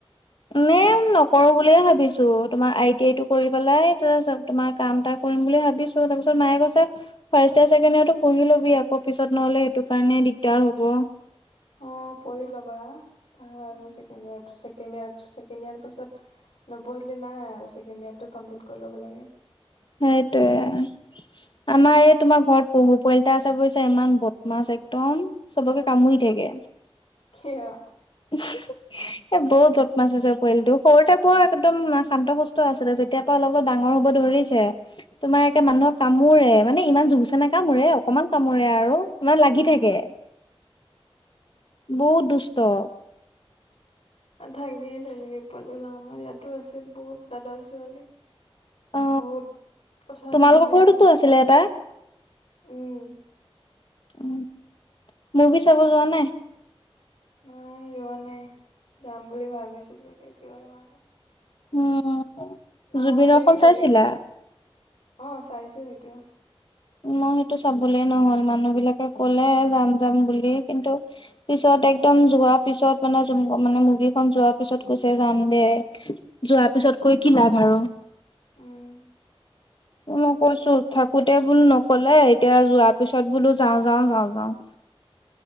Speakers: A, on the left; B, on the left.
A: নে, নকৰো বুলিয়ে ভাবিছো তোমাৰ আই টি আই টো কৰি পেলাই তাৰ তোমাৰ কাম ত কৰিম বুলি ভাবিছো তাৰপিছ মায়ে কছে ফাৰ্ষট ইয়াৰ ছেকেড ইয়াৰ পঢ়ি ল'বি আকৌ পিছত নহ'লে সেইটো কাৰণে দিগদাৰ হ'ব।
B: অ, পঢ়ি ল'বা ভাল আৰুছেকেডয়েয় ছেকেড ইয়াৰ পাছত নপঢ়িলে নাই। ছেকেণ্ড ইয়াৰ কমপ্লিট কৰি ল'ব লাগে।
A: সেইটোৱে। আমাৰ এই তোমাৰ ঘৰত পহু পোৱালি এটা আছে বুইছা, ইমান বদমাছ একদম চবকে কামুৰি থাকে। দিয়ে।
B: কিয়?
A: <inaudible> এ, বৰ বদমাচ হৈছে পোৱালীটো, সৰুতে বৰ একদম শান্ত শুস্থ আছিলে, যেতিয়াৰ পৰা অলপ ডাঙৰ হ'ব ধৰিছে, তোমাৰ একে
B: উম
A: মানুহক কামোৰে, মানে ইমান জুৰচে নেকামোৰে অকনমান কামোৰে আৰু। মানে
B: উম
A: লাগি
B: উম
A: থাকে, বহুত দুষ্ট।
B: থাকে তেনেকে পোৱালি বিলাক, আমাৰ ইয়াতো আছে বহুত দাদাৰ ছোৱালী।
A: অ
B: বহুত কথা
A: তোমালোকৰ
B: নুশুনে।
A: ঘৰতোতো আছিলে এটা
B: উম।
A: উম, মুভি চাব যোৱা নাই?
B: নাই, যোৱা নাই, যাম বুলি ভাবিছিলো, এতিয়া যোৱা হোৱা নাই।
A: উম',
B: মাহঁতে
A: জুবিনৰ খন
B: কি কৰি
A: চাইছিলা?
B: আছে? অ', চাইছো সেইটো।
A: মই সেইটো চাবলে নহ'ল, মানুহ বিলাকে কলে যাম যাম বুলি কিন্তু পিছত একদম যোৱাৰ পিছত মানে মানে মুভি খন যোৱাৰ পিছত কৈছে যাম দে, যোৱাৰ পিছত পিছত কৈ কি লাভ আৰু।
B: উম
A: মই কৈছো, থাকোতে বোলো নকলে, এতিয়া যোৱাৰ পিছত বোলো যাওঁ, যাওঁ, যাওঁ, যাওঁ। <inaudible>